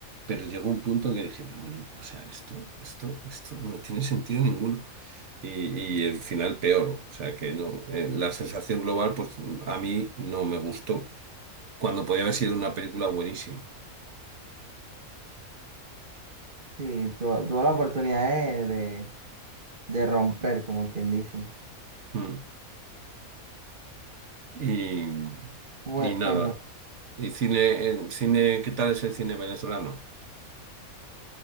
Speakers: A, on the right; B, on the right.
A: pero llegó un punto en que dije, pero bueno, o sea, esto, esto, esto no tiene sentido ninguno y, y el final peor. O sea que no, eh, la sensación global, pues a mí no me gustó, cuando podía haber sido una película buenísima.
B: Sí, tu- tuvo la oportunidad de, de, de romper, como quien dice.
A: Mm. Y,
B: Bueno,
A: y nada. ¿Y cine, eh, cine, qué tal es el cine venezolano?